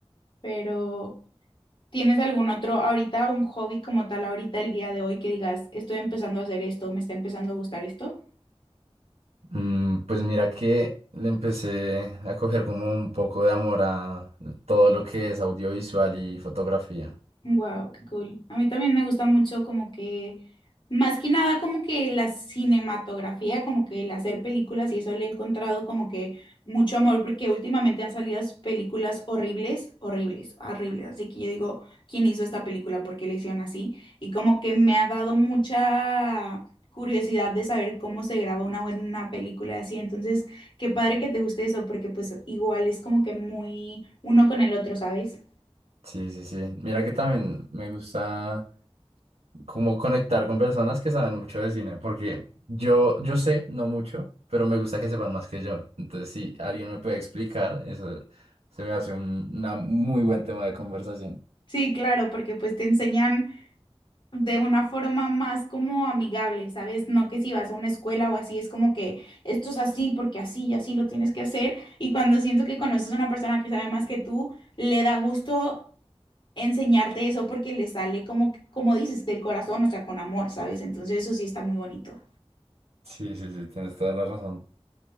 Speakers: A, on the left; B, on the right.
A: Pero, ¿tienes algún otro ahorita, un hobby como tal ahorita el día de hoy que digas, estoy empezando a hacer esto, me está empezando a gustar esto?
B: Mm, pues mira que le empecé a coger como un poco de amor a todo lo que es audiovisual y fotografía.
A: Wow, qué cool. A mí también me gusta mucho como que, más que nada como que la cinematografía, como que el hacer películas y eso le he encontrado como que mucho amor porque últimamente han salido películas horribles, horribles, horribles. Así que yo digo, ¿quién hizo esta película? ¿Por qué la hicieron así? Y como que me ha dado mucha curiosidad de saber cómo se graba una buena película así. Entonces, qué padre que te guste eso porque pues igual es como que muy uno con el otro, ¿sabes?
B: Sí, sí, sí. Mira que también me gusta como conectar con personas que saben mucho de cine, porque yo, yo sé, no mucho, pero me gusta que sepan más que yo. Entonces, si alguien me puede explicar, eso se me hace un una muy buen tema de conversación.
A: Sí, claro, porque pues te enseñan de una forma más como amigable, ¿sabes? No que si vas a una escuela o así, es como que esto es así porque así y así lo tienes que hacer. Y cuando siento que conoces a una persona que sabe más que tú, le da gusto enseñarte eso porque le sale como, como dices, del corazón, o sea, con amor, ¿sabes? Entonces eso sí está muy bonito.
B: Sí, sí, sí, tienes toda la razón.